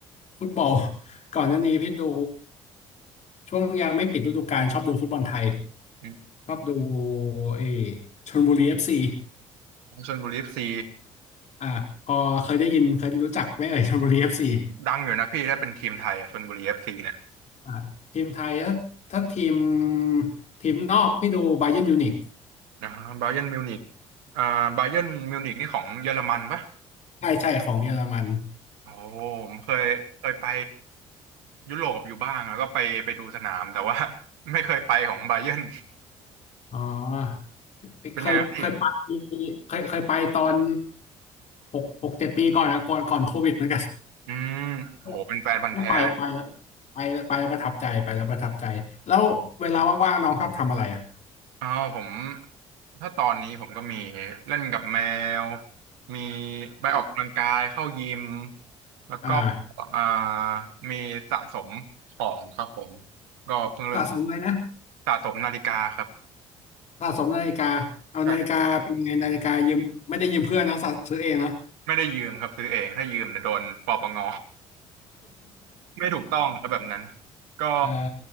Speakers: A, on the left; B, on the right.
A: ฟุตบอล <laughs> ก่อนหน้านี้พี่ดูช่วงยังไม่ปิดฤดูกาลชอบดูฟุตบอลไทย
B: อืม
A: ชอบดูเออชลบุรีเอฟซี
B: ชลบุรีเอฟซี
A: อ่าพอเคยได้ยินเคยรู้จักไหมเอ่ยชลบุรีเอฟซี
B: ดังอยู่นะพี่ถ้าเป็นทีมไทยอ่ะชลบุรีเอฟซีเนี่ย
A: อ่าทีมไทยถ้าถ้าทีมทีมนอกพี่ดูบาเยิร์นมิวนิก
B: นะบาเยิร์นมิวนิกอ่าบาเยิร์นมิวนิกนี่ของเยอรมันปะ
A: ใช่ใช่ของเยอรมัน
B: โอ้ผมเคยเคยไปยุโรปอยู่บ้างแล้วก็ไปไปดูสนามแต่ว่า <laughs> ไม่เคยไปของบา <laughs> เยิร์น
A: อ๋อ
B: <laughs> เป็นไงครับพี่
A: เคยเคยไปเคยเคยไปตอนหกหกเจ็ดปีก่อนนะก่อนก่อนโควิดเหมือนกัน
B: อืมโหเป็นแฟนพันธุ์แท้
A: <laughs> ก็ไปไปแล้วไปไปแล้วประทับใจไปแล้วประทับใจแล้วเวลาว่างๆน้องชอบทำอะไรอ่ะ
B: อ๋อผมถ้าตอนนี้ผมก็มีเล่นกับแมวมีไปออกกำลังกายเข้ายิม
A: อ่า
B: แล้วก็
A: อ่า
B: อ่ามีสะสมของครับผมก็เพิ่งเริ่ม
A: สะสมอะไรนะ
B: สะสมนาฬิกาครับ
A: สะสมนาฬิกาเอานาฬิกาเป็นยังไงนาฬิกายืมไม่ได้ยืมเพื่อนนะสะซื้อเองเนาะ
B: ใช่ไม่ได้ยืมครับซื้อเองถ้ายืมเดี๋ยวโดนปปง ไม่ถูกต้องครับแบบนั้นก็
A: <laughs> อ่า